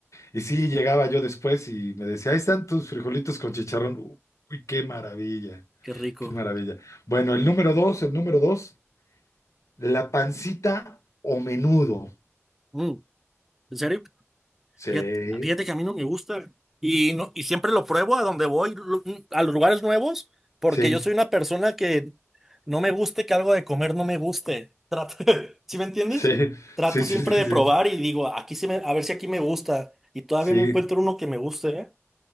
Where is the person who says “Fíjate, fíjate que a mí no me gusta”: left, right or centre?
Centre